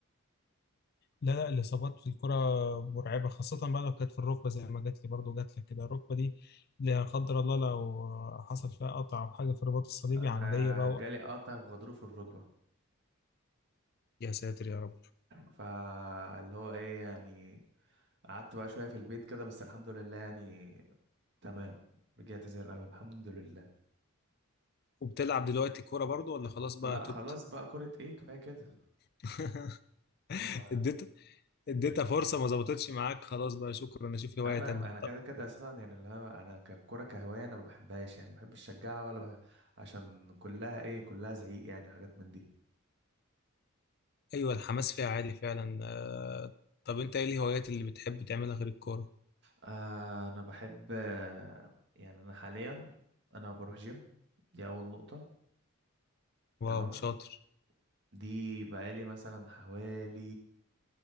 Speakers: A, on the left; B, on the right.
A: لا لا الإصابات في الكرة مرعبة خاصة بقى لو كانت في الركبة زي ما جات لي برضه جات لك كده الركبة دي لا قدر الله لو حصل فيها قطع أو حاجة في الرباط الصليبي
B: انا
A: عملية بقى
B: جالي قطع في غضروف الركبه
A: يا ساتر يا رب
B: فاللي هو ايه يعني قعدت بقى شويه في البيت كده بس الحمد لله يعني تمام رجعت زي الاول الحمد لله
A: وبتلعب دلوقتي كورة برضو ولا خلاص بقى
B: لا
A: تبت
B: خلاص بقى كرة ايه كفايه كده
A: <laughs>
B: هو
A: اديت اديتها فرصة ما ظبطتش معاك خلاص بقى شكرا
B: <laughs>
A: اشوف هواية
B: انا
A: تانية
B: انا كده
A: طب
B: كده اساسا يعني اللي هو انا ككرة كهوايه انا ما بحبهاش يعني ما بحبش اشجعها ولا بح... عشان كلها ايه كلها زعيق يعني حاجات من دي
A: ايوه الحماس فيها عالي فعلا آه، طب انت ايه الهوايات اللي بتحب تعملها غير الكورة
B: آه انا بحب آه، يعني انا حاليا انا بروح جيم دي اول نقطة
A: واو
B: تمام
A: شاطر
B: دي بقالي مثلا حوالي